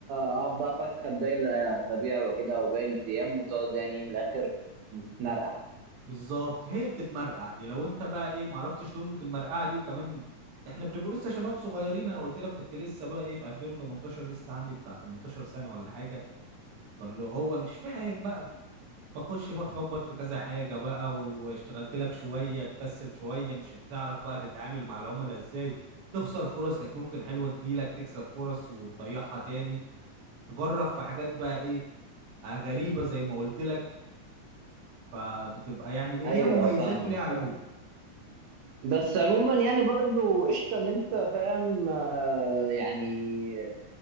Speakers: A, on the right; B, on the right.
A: اقعد بقى افكر باقي الاسابيع وكده وباقي الايام وتقعد يعني إيه من الاخر بتتمرقع
B: بالظبط هي بتتمرقع دي لو انت بقى ايه معرفتش تظبط المرقعه دي وكمان احنا بنبقى لسه شباب صغيرين انا قلت لك كنت لسه بقى ايه في 2018 لسه عندي بتاع 18 سنه ولا حاجه فاللي هو مش فاهم بقى فخش بقى خبط في كذا حاجه بقى واشتغلت لك شويه تكسل شويه مش بتعرف بقى تتعامل مع العملاء ازاي تخسر فرص كانت ممكن حلوه تجيلك تكسب فرص وتضيعها تاني تجرب في حاجات بقى ايه غريبه زي ما قلت لك فبتبقى يعني ايه ليها
A: ايوه
B: مميزات
A: فاهمك
B: وليها عيوب
A: فاهمك بس عموما يعني برضو قشطة ان انت فاهم آه، يعني